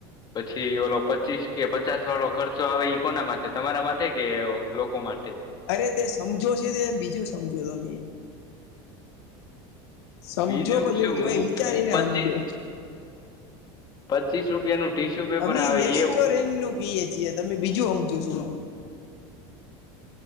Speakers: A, on the left; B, on the left.
A: પછી ઓલો પચીસ કે પ પચાસ વાળો ખર્ચો આવે એ કોનામાં તમારા માટે કે લોકો માટે?
B: અરે તે સમજો છે બીજું સમજો તમે. સમજો
A: બીજું
B: પછી
A: શું
B: જોય
A: હું
B: વિચારીને
A: હું પચીસ
B: સમજો.
A: પચીસ રૂપિયાનું. ટીશ્યુ પેપર
B: અમે
A: આવે
B: રેસ્ટોરેન્ટ
A: એ
B: ન કહીએ છીએ તમે બીજું સમમજુ છું.